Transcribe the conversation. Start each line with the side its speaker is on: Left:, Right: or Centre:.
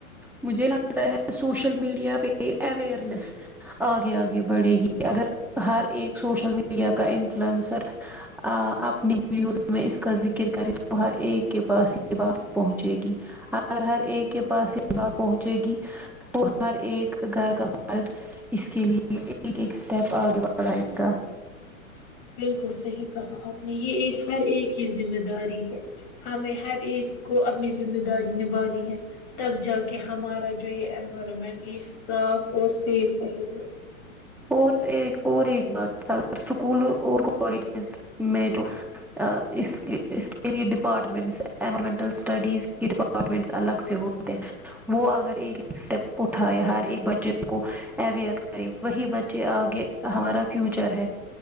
Centre: مجھے لگتا ہے سوشل میڈیا پہ اوئرنیس آگے آگے بڑھے گی اگر ہر ایک سوشل میڈیا کا انفلوئنسر آ اپنی ویوز میں اس کا ذکر کرے تو ہر ایک کے پاس یہ بات پہنچے گی اگر ہر ایک کے پاس یہ بات پہنچے گی تو ہر ایک گھر کا فرد اس کے لیے ایک ایک اسٹیپ آگے بڑھائے گا
Left: بالکل صحیح کہا آپ نے یہ ایک ہر ایک کی ذمہ داری ہے ہمیں ہر ایک کو اپنی ذمہ داری نبھانی ہے تب جا کے ہمارا جو یہ انوائرمنٹ یہ صاف اور سیف رہے گا
Centre: اور ایک اور ایک بات اگر اسکول اور کالجز میں جو اس اس کے لیے ڈپارٹمنٹس انائمنٹل اسٹڈیز ڈپاارٹ ڈارمنٹس الگ سے ہوتے ہیں وہ اگر ایک ایک اسٹیپ اٹھائے ہر ایک بچے کو اویئر کرے وہی بچے آگے ہمارا فیوچر ہے